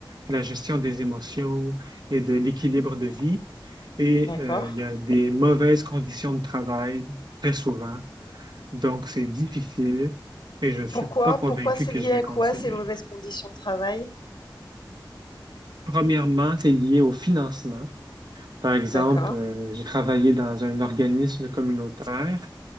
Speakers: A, on the right; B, on the left.
A: de la gestion des émotions et de l'équilibre de vie. Et
B: D'accord.
A: euh, il y a des mauvaises conditions de travail très souvent. Donc, c'est difficile et je ne suis
B: Pourquoi?
A: pas convaincu
B: Pourquoi c'est
A: que
B: lié
A: je vais
B: à
A: continuer.
B: quoi ces mauvaises conditions de travail?
A: Premièrement, c'est lié au financement. Par exemple,
B: D'accord.
A: euh, j'ai travaillé dans un organisme communautaire